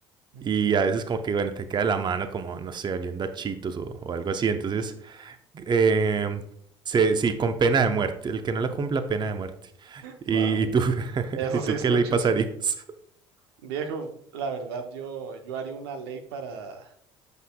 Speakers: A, on the right; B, on the right.
A: Ujú.
B: y a veces como que, bueno, te queda la mano como, no sé, oliendo a chitos o, o algo así, entonces, eh, se, sí, con pena de muerte, el que no la cumpla, pena de muerte. ¿Y,
A: Wow,
B: y tú, <laughs>
A: eso
B: y tú
A: sí es
B: qué
A: lo
B: ley
A: chusco.
B: pasarías?
A: Viejo, la verdad yo yo haría una ley para